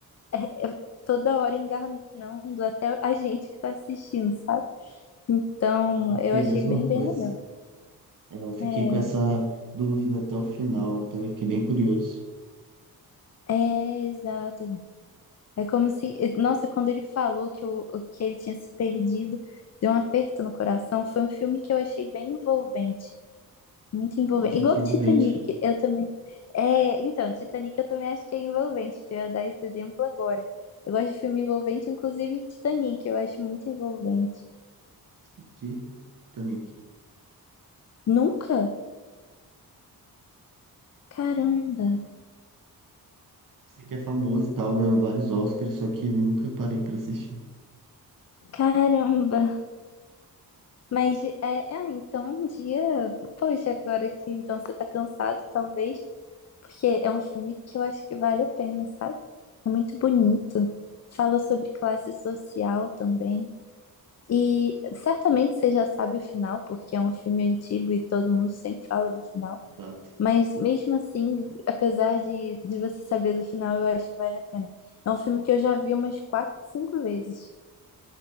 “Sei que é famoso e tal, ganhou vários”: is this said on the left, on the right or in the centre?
Right